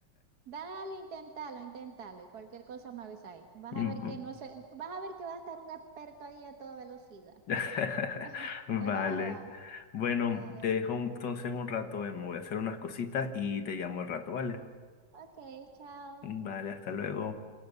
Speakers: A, on the right; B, on the left.
A: dale, inténtalo, inténtalo y cualquier cosa me avisa ahí. Vas
B: <laughs>
A: a ver que no sé, vas a ver que va a estar un experto ahí a toda velocidad.
B: <laughs>
A: <laughs>
B: Vale.
A: Le vas a dar.
B: Bueno,
A: Dale.
B: te dejo entonces un rato, eh, me voy a hacer unas cositas y te llamo al rato, ¿vale?
A: Ok, chao.
B: Vale, hasta luego.